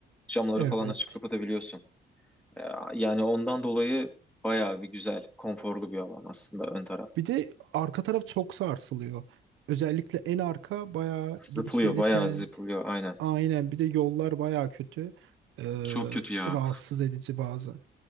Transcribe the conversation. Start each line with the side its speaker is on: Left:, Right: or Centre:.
Centre: Camları
Right: Evet.
Centre: falan açıp kapatabiliyorsun. Ee, Yani ondan dolayı bayağı bir güzel, konforlu bir alan aslında ön taraf.
Right: Bir de arka taraf çok sarsılıyor. Özellikle en arka bayağı
Centre: Zıplıyor,
Right: gidip gelirken
Centre: bayağı zıplıyor aynen.
Right: Aynen bir de yollar baya kötü. Ee,
Centre: Çok kötü ya.
Right: rahatsız edici bazen.